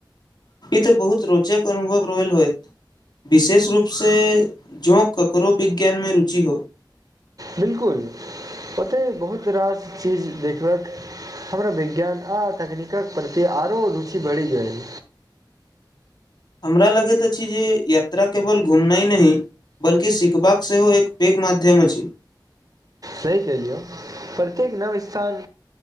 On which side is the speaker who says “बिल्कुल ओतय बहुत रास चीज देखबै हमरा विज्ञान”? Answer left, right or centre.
Right